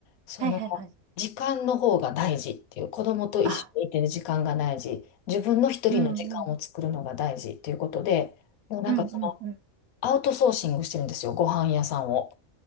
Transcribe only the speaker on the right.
はいはいはい。
あ、
うんうん。
うんうんうん。